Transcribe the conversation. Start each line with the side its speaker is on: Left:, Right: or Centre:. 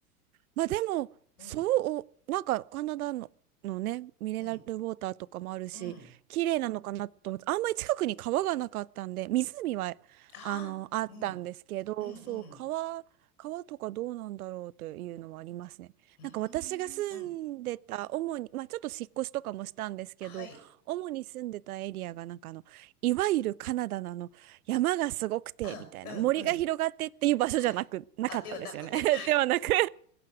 Right: まあでも、
Left: うん、
Right: そう、なんかカナダの、のね、ミネラルウォーターとかもあるし、
Left: うん、うん。
Right: 綺麗なのかなと思って、あんまり近くに川がなかったんで、湖はあの、
Left: ああ、
Right: あったんですけど、
Left: うん、うん、
Right: そう、川、
Left: うん。
Right: 川とかどうなんだろうというのはありますね。
Left: うーん、
Right: なんか私が住んでた、
Left: うん。
Right: 主に、まあちょっと引っ越しとかもしたんですけど、
Left: はい。
Right: 主に住んでたエリアがなんかあの、いわゆるカナダなの、山がすごくてみたいな森が広がってっていう場所じゃなくなかったんですよね
Left: あ、うん、うん。はい。あ、ではなくて。
Right: <laughs> ではなく